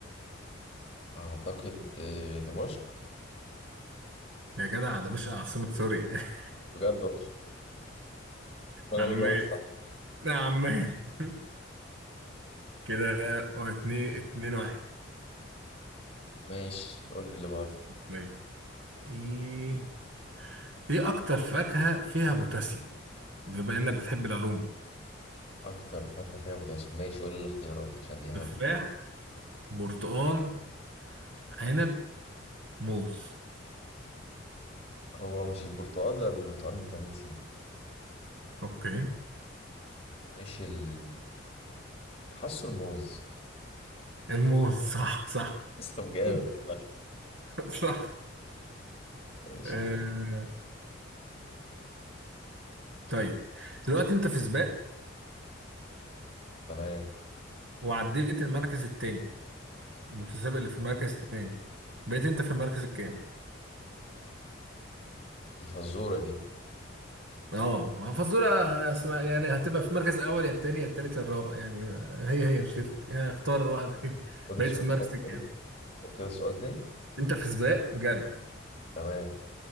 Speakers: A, on the left (about 30°); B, on the right (about 75°).
A: اعتقد آه، دمشق
B: يا جدع دمشق عاصمة سوريا. <laughs>
A: بجد والله <laughs> انا
B: عمان،
A: اللي جاوبت صح.
B: لا عمان. <laughs> كده اتنين اتنين واحد.
A: ماشي قول لي اللي بعده
B: طيب، ايه ايه أكتر فاكهة فيها بوتاسيوم؟ بما إنك بتحب العلوم.
A: اكتر فاكهه فيها بوتاسيوم ماشي قول لي الاختيارات عشان دي هبد
B: تفاح، برتقان، عنب، موز.
A: هو مش البرتقال لان البرتقال فيتامين سي
B: اوكي،
A: ومش ال... حاسه الموز
B: الموز صح صح
A: بس طب جامد
B: <laughs>
A: والله
B: صح.
A: ايش
B: آه،
A: ال...
B: طيب دلوقتي انت في سباق
A: تمام
B: وعديت المركز التاني المتسابق اللي في المركز التاني بقيت انت في المركز الكام
A: دي فزورة دي
B: اه ما فزورة اسمها يعني هتبقى في المركز الاول يا التاني يا التالت يا الرابع يعني ما- هي هي مش تفرق يعني اختار واحدة فيهم. <laughs>
A: قول السؤال
B: بقيت في المركز
A: تاني
B: الكام
A: كده قول كده السؤال تاني
B: انت في سباق جري
A: تمام